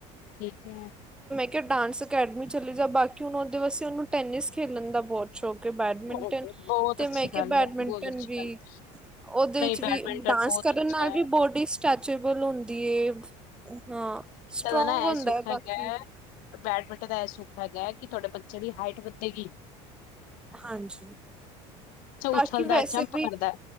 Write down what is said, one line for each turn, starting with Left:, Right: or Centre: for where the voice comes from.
Left: ਠੀਕ ਹੈ।
Centre: ਕਿ ਡਾਂਸ ਅਕੈਡਮੀ ਚਲੀ ਜਾ, ਬਾਕੀ ਹੁਣ ਉਹਦੇ ਵਾਸਤੇ ਉਹਨੂੰ ਟੈਨਿਸ ਖੇਲਣ ਦਾ ਬਹੁਤ ਸ਼ੌਕ ਬੈਡਮਿੰਟਨ,
Left: ਓਕੇ ਬਹੁਤ
Centre: ਤੇ
Left: ਅੱਛੀ
Centre: ਮੈਂ ਕਿਹਾ
Left: ਗੱਲ
Centre: ਬੈਡਮਿੰਟਨ
Left: ਹੈ ਬਹੁਤ ਅੱਛੀ
Centre: ਵੀ
Left: ਗੱਲ
Centre: ਉਹਦੇ
Left: ਹੈ ਨਹੀਂ
Centre: ਚ
Left: ਬੈਡਮਿੰਟਨ
Centre: ਵੀ ਡਾਂਸ
Left: ਬਹੁਤ
Centre: ਕਰਨ
Left: ਅੱਛਾ
Centre: ਨਾਲ
Left: ਹੈ
Centre: ਵੀ ਬੋਡੀ ਸਟੈਚੇਬਲ ਹੁੰਦੀ ਹੈ ਹਾਂ ਸਟਰੋਂਗ
Left: ਏਦਾ ਨਾ
Centre: ਹੁੰਦਾ
Left: ਏਹ ਸੁਖ
Centre: ਹੈ
Left: ਹੈਗਾ
Centre: ਬਾਕੀ
Left: ਬੈਡਮਿੰਟਨ ਦਾ ਇਹ ਸੁੱਖ ਹੈਗਾ ਹੈ, ਕਿ ਤੁਹਾਡੇ ਬੱਚੇ ਦੀ ਹਾਈਟ ਵਧੇਗੀ।
Centre: ਹਾਂਜੀ। ਬਾਕੀ
Left: ਉਛਲਦਾ
Centre: ਵੈਸੇ
Left: ਜੰਪ
Centre: ਵੀ,
Left: ਕਰਦਾ